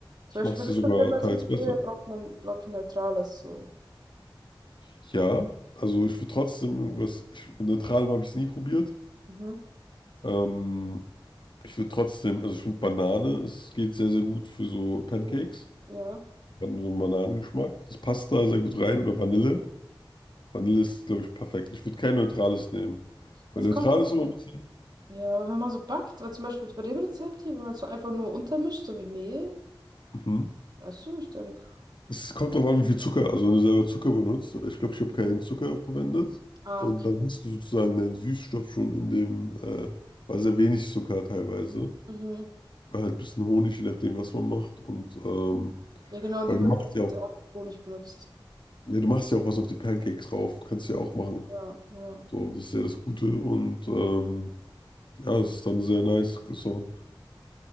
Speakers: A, on the right; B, on the left.
A: Zum
B: das
A: Beispiel
B: macht es
A: für
B: ja
A: das
B: sogar
A: Rezept, was
B: teils
A: ich jetzt
B: besser.
A: gesehen habe, braucht man, glaube ich, ein neutrales, so.
B: Ja, also ich würde trotzdem irgendwas, ich, mit Neutralem habe ich es nie probiert.
A: Mhm.
B: Ähm, ich würde trotzdem, also ich finde Banane, es geht sehr, sehr gut für so Pancakes.
A: So. Ja.
B: Ban- So einen Bananengeschmack. Das passt da sehr gut rein. Oder Vanille. Vanille ist, glaube ich, perfekt. Ich würde kein neutrales nehmen. Weil
A: Es
B: Neutrales
A: kommt drauf.
B: ist immer ein bisschen.
A: Ja, aber wenn man so backt, weil zum Beispiel jetzt bei dem Rezept hier, wenn man es so einfach nur untermischt, so wie Mehl,
B: Mhm.
A: weißt du, ich denke.
B: Es kommt drauf an, wie viel Zucker, also wenn du selber Zucker benutzt, weil ich glaube, ich habe
A: Mhm.
B: keinen Zucker verwendet
A: Ah,
B: und
A: okay.
B: dann hast du sozusagen deinen Süßstoff schon in dem, äh, war sehr wenig Zucker teilweise,
A: Mhm.
B: oder halt ein bisschen Honig, je nachdem, was man macht und, ähm,
A: Ja, genau, in
B: oder
A: dem
B: du
A: Rezept
B: machst ja
A: hat
B: auch,
A: sie auch Honig benutzt.
B: ja, du machst ja auch was auf die Pancakes drauf, kannst du ja auch machen,
A: Ja, ja.
B: so, das ist ja das Gute und, ähm, ja, es ist dann sehr nice, ist auch